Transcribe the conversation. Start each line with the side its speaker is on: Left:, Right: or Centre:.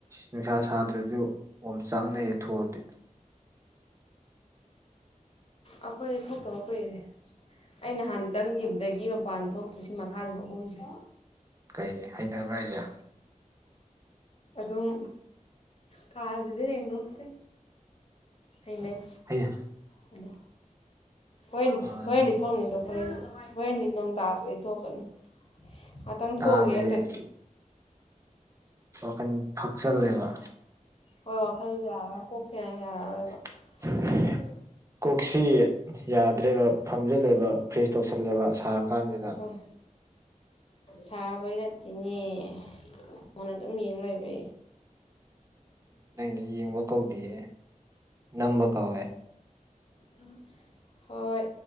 Right: ꯅꯨꯡꯁꯥ ꯁꯥꯗ꯭ꯔꯁꯨ ꯑꯣꯝ ꯆꯥꯡꯅꯩꯌꯦ ꯊꯣꯛꯑꯗꯤ
Left: ꯑꯩꯈꯣꯏꯗꯤ ꯊꯣꯛꯇꯕ ꯀꯨꯏꯔꯦ ꯑꯩꯅ ꯍꯍꯥꯟꯅ ꯆꯪꯈꯤꯕꯗꯒꯤ ꯃꯄꯥꯟ ꯊꯣꯛꯇ꯭ꯔꯤ ꯁꯤ ꯃꯈꯥꯁꯤꯦ ꯐꯥꯎꯍꯨꯝꯗ꯭ꯔꯦ
Right: ꯀꯩꯒꯤ ꯍꯩꯅꯔꯕ꯭ꯔ ꯍꯥꯏꯁꯦ
Left: ꯑꯗꯨꯝ ꯀꯥꯁꯤꯗ ꯌꯦꯣꯛꯛꯇꯦ ꯊꯦꯡꯅꯩ
Right: ꯍꯥꯏ
Left: ꯍꯂ ꯍꯣꯏꯅꯤ
Right: ꯃꯥꯅꯦ
Left: ꯍꯣꯏꯅꯤ ꯊꯣꯛꯅꯤꯡꯗꯣ ꯍꯣꯏ ꯍꯣꯏꯅꯤ ꯅꯣꯡ ꯇꯥꯗꯗꯒꯤ ꯊꯣꯛꯀꯅꯤ ꯉꯥꯛꯇꯪ
Right: ꯇꯥꯕꯒꯤ
Left: ꯊꯣꯛꯑꯒꯦꯇ꯭ꯔꯗꯤ
Right: ꯋꯥꯈꯟ ꯐꯛꯆꯜꯂꯦꯕ
Left: ꯍꯣꯏ ꯋꯥꯈꯜꯁꯦ ꯌꯥꯔꯔꯣꯏ ꯀꯣꯛꯁꯦ ꯌꯥꯔꯔꯣꯏꯕ
Right: <unintelligible>
Left: ꯐꯔ
Right: ꯀꯣꯛꯁꯤ ꯌꯥꯗ꯭ꯔꯦꯕ ꯐꯝꯖꯤꯜꯂꯦꯕ ꯐ꯭ꯔꯦꯁ ꯇꯧꯁꯜꯂꯦꯕ ꯁꯥꯔꯀꯥꯟꯁꯤꯗ
Left: ꯍ ꯍꯣꯏ ꯁꯥꯕꯒꯤ ꯅꯠꯇꯦꯅꯦ ꯑꯩꯉꯣꯟꯗ ꯑꯗꯨꯝ ꯌꯦꯡ ꯂꯩꯕ
Right: ꯅꯪꯗꯤ ꯌꯦꯡꯕ ꯀꯧꯗꯤꯌꯦ ꯅꯝꯕ ꯀꯧꯋꯦ
Left: ꯎꯝ ꯍꯣꯏ